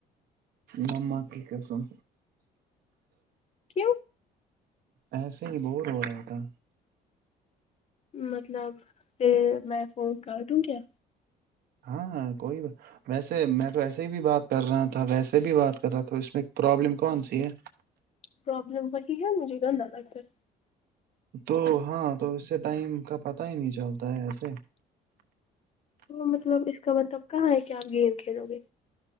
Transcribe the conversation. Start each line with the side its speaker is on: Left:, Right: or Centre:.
Right: مما کی قسم
Left: کیوں
Right: ایسے ہی بور ہو رہا تھا
Left: مطلب پھر میں فون کانٹوں کیا
Right: ہاں ہاں کوئی ویسے میں تو ایسے ہی بھی بات کر رہا تھا ویسے بھی بات کر رہا تھا اس میں پرابلم کون سی ہے
Left: پرابلم وہی ہے مجھے گندہ لگتا ہے
Right: تو ہاں تو اس سے ٹائم کا پتا ہی نہیں چلتا ہے ایسے
Left: تو مطلب اس کا مطلب کہاں ہے کہ آپ گیم کھیلو گے